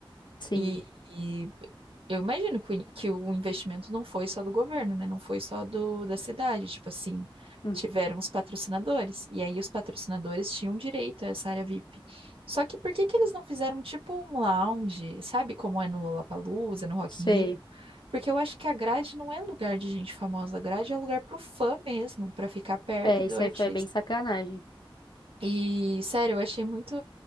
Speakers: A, on the left (about 55°); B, on the right (about 80°).
A: Sim.
B: E, e eu imagino que, o in- que o investimento não foi só do governo, né? Não foi só do, da cidade. Tipo assim,
A: Hum,
B: tiveram os patrocinadores. E aí os patrocinadores tinham direito a essa área VIP. Só que por que que eles não fizeram tipo um lounge, sabe? Como é no Lollapalooza, no Rock
A: sei.
B: in Rio? Porque eu acho que a grade não é lugar de gente famosa. A grade é lugar pro fã mesmo, pra ficar perto
A: É,
B: do
A: isso
B: artista.
A: aí foi bem sacanagem.
B: E, sério, eu achei muito,